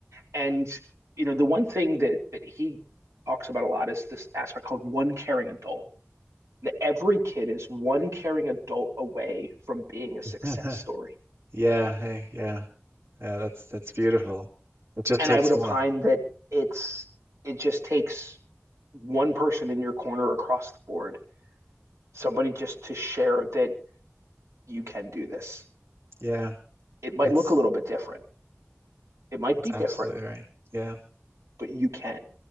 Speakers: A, on the right; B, on the right.
A: and you know the one thing that that he talks about a lot is this aspect called one caring adult. That every kid is one caring adult away from being a success
B: mm.
A: story.
B: <laughs> Yeah. Hey, yeah. Yeah. That's that's beautiful. It just
A: And
B: takes
A: I would opine
B: one.
A: that it's it just takes one person in your corner across the board, somebody just to share that you can do this.
B: Yeah.
A: It might
B: That's
A: look a little bit different. It might
B: That's
A: be
B: absolutely
A: different
B: right. Yeah,
A: but you can